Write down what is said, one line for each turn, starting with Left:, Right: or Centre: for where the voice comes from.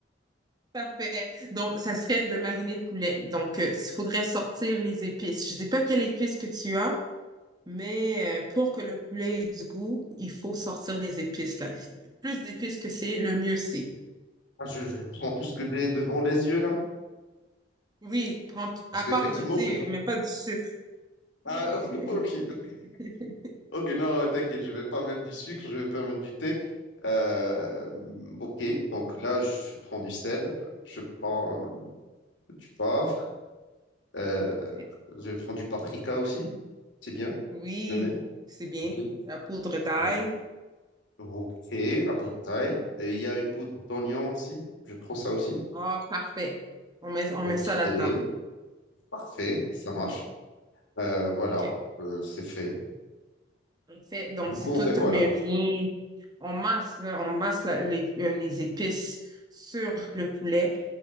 Right: Parfait. Donc, ça serait de mariner de poulet. Donc, euh, il faudrait sortir les épices. Je ne sais pas quelles épices que tu as, mais euh, pour que le poulet ait du goût, il faut sortir les épices. Là. Plus d'épices que c'est, le mieux c'est.
Left: Ah, je, je prends tout ce que j'ai devant les yeux là.
Right: Oui, prends-
Left: Parce
Right: à
Left: qu'effectivement,
Right: part le thé,
Left: je vois.
Right: mais pas du sucre.
Left: Ah,
Right: Mais
Left: <laughs> ok.
Right: <laughs>
Left: Ok, non, t'inquiète, je vais pas mettre du sucre, je vais pas mettre du thé. Euh, ok, donc là, je prends du sel, je prends euh, du poivre, euh,
Right: Parfait.
Left: je prends du paprika aussi. C'est bien,
Right: Oui,
Left: je le mets.
Right: c'est bien.
Left: Ok.
Right: La poudre d'ail.
Left: Euh, ok, la poudre taille. Et Il y a une poudre d'oignon aussi. Je prends ça aussi.
Right: Ah, parfait. On met, on
Left: Ok,
Right: met ça là-dedans.
Left: parfait, ça
Right: Mhm.
Left: marche. Euh, voilà,
Right: OK.
Left: euh, c'est fait.
Right: En fait, donc
Left: Du
Right: c'est
Left: coup, on
Right: tout
Left: fait quoi
Right: mais
Left: là?
Right: bien. On masse, là, on masse la- les, euh, les épices sur le poulet